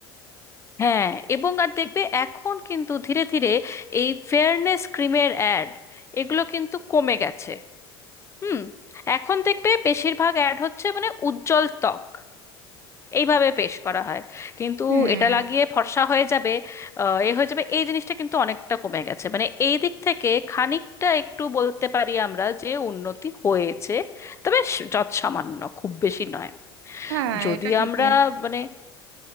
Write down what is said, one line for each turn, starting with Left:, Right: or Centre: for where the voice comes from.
Left: হ্যাঁ এবং আর দেখবে এখন কিন্তু ধীরে ধীরে এই ফেয়ারনেস ক্রিমের অ্যাড এগুলো কিন্তু কমে গেছে হুম এখন দেখবে বেশিরভাগ অ্যাড হচ্ছে মানে উজ্জ্বল ত্বক এইভাবে পেশ করা হয় কিন্তু
Right: হুম
Left: এটা লাগিয়ে ফর্সা হয়ে যাবে আহ, এ হয়ে যাবে এই জিনিসটা কিন্তু অনেকটা কমে গেছে মানে এই দিক থেকে খানিকটা একটু বলতে পারি আমরা যে উন্নতি হয়েছে তবে স- যৎসামান্য খুব বেশি নয়
Right: হ্যাঁ
Left: যদি
Right: এটা ঠিকই
Left: আমরা মানে